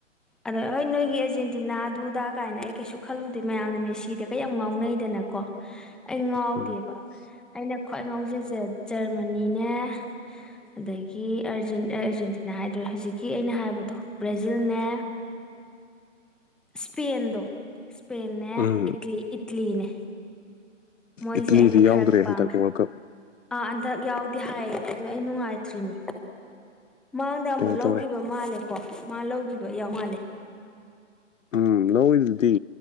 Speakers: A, in the centre; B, on the left (about 80°).
A: ꯑꯗꯣ ꯍꯣꯏ ꯅꯣꯏꯒꯤ ꯑꯥꯔꯖꯦꯟꯇꯤꯅꯥ ꯗꯨꯗꯥ ꯀꯥꯏꯅ ꯑꯩ ꯀꯩꯁꯨ ꯈꯜꯂꯨꯗꯦ ꯃꯌꯥꯝꯅ ꯃꯦꯁꯤꯗ ꯀ ꯌꯥꯝ ꯉꯥꯎꯅꯩꯗꯅ ꯀꯣ ꯑꯩ ꯉꯥꯎꯗꯦꯕ
B: ꯎꯝ
A: ꯑꯩꯅ ꯈ꯭ꯋꯥꯏ ꯉꯥꯎꯖꯩꯁꯦ ꯖꯔꯃꯅꯤꯅꯦ ꯑꯗꯒꯤ ꯑꯔꯖꯨ ꯑꯔꯖꯨ ꯇꯤꯅ ꯍꯥꯏꯗ꯭ꯔꯦ ꯍꯧꯖꯤꯛ ꯀꯤ ꯑꯩꯅ ꯍꯥꯏꯕꯗꯣ ꯕ꯭ꯔꯥꯖꯤꯜꯅꯦ ꯏꯁꯄꯦꯟꯗꯣ ꯁꯄꯦꯟꯅꯦ
B: ꯎꯝ
A: ꯏꯠꯂꯤ ꯏꯠꯂꯤꯅꯦ ꯃꯣꯏꯁꯦ
B: ꯏꯇꯂꯤꯗꯤ
A: ꯑꯩꯅ
B: ꯌꯥꯎꯗ꯭ꯔꯦ
A: ꯈꯔ ꯄꯥꯝꯃꯦ
B: ꯍꯟꯗꯛ ꯋꯥꯔꯜ ꯀꯞ
A: ꯑꯥ ꯍꯟꯗꯛ ꯌꯥꯎꯗꯦ ꯍꯥꯏꯌꯦ ꯑꯗꯨꯗꯣ ꯑꯩ ꯅꯨꯡꯉꯥꯏꯇ꯭ꯔꯤꯅꯦ ꯃꯥꯡꯗ ꯑꯃꯨꯛ
B: ꯀꯩꯅꯣ
A: ꯂꯧꯈꯤꯕ
B: ꯇꯧꯔꯦ
A: ꯃꯥꯜꯂꯦꯀꯣ ꯃꯥ ꯂꯧꯈꯤꯕ ꯌꯥꯎ ꯃꯥꯜꯂꯦ
B: ꯎꯝ ꯂꯧꯋꯤꯗꯨꯗꯤ